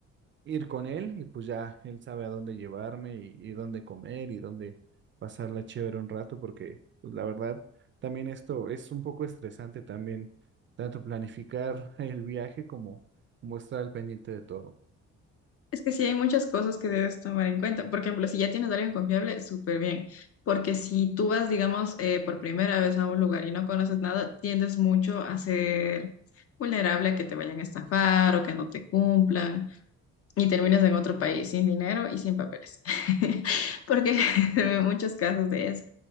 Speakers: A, on the right (about 40°); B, on the left (about 50°).
A: ir con él y pues ya él sabe a dónde llevarme y, y dónde comer y dónde pasarla chévere un rato porque pues la verdad también esto es un poco estresante también tanto planificar el viaje como como estar al pendiente de todo.
B: Es que sí hay muchas cosas que debes tomar en cuenta. Por ejemplo, si ya tienes a alguien confiable, súper bien. Porque si tú vas, digamos, eh, por primera vez a un lugar y no conoces nada, tiendes mucho a ser vulnerable a que te vayan a estafar o que no te cumplan y terminas en otro país sin dinero y sin papeles. <laughs> Porque <laughs> se ven muchos casos de eso.